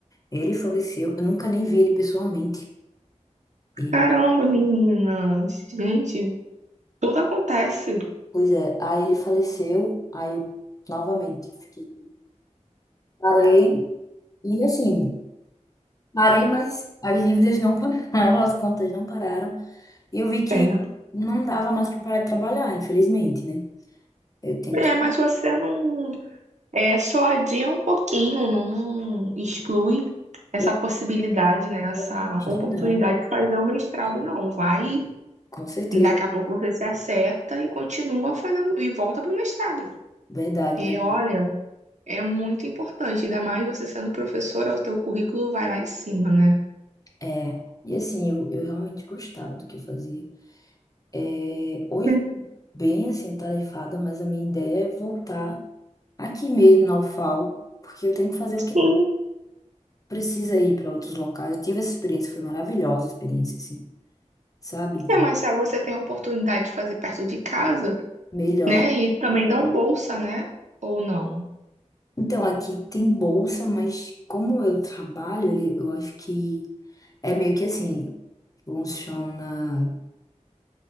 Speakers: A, on the left (about 30°); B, on the right (about 70°).
A: Ele faleceu, eu nunca nem vi ele pessoalmente. Ele
B: Caramba, menina. Gente, tudo acontece.
A: Pois é, aí ele faleceu, aí eu novamente fiquei. Parei, e assim, parei, mas as dívidas não pararam, as contas não pararam. E eu vi que
B: É.
A: não dava mais para parar de trabalhar, infelizmente, né? Eu tenho
B: É,
A: que.
B: mas você não. É, só adia um pouquinho, não exclui essa
A: Eu não
B: possibilidade, né? Essa
A: quero desistir,
B: oportunidade
A: não.
B: de fazer o mestrado, não. Vai,
A: Com certeza,
B: daqui a pouco você se acerta e continua fazendo, e volta pro mestrado.
A: verdade,
B: E
A: verdade.
B: olha, é muito importante, ainda mais você sendo professora, o teu currículo vai lá em cima, né?
A: É, e assim, eu, eu realmente gostava do que eu fazia. É, hoje,
B: Hum.
A: eu tô bem assim, atarefada, mas a minha ideia é voltar aqui mesmo na UFAL, porque eu tenho que fazer o
B: Sim.
A: que precisa ir para outros locais. Eu tive essa experiência, foi maravilhosa a experiência, assim, sabe? De
B: É, mas se você tem a oportunidade de fazer perto de casa.
A: melhor.
B: né? E também dão bolsa, né? Ou não?
A: Então, aqui tem bolsa, mas como eu trabalho, ele- eu acho que é meio que assim, funciona.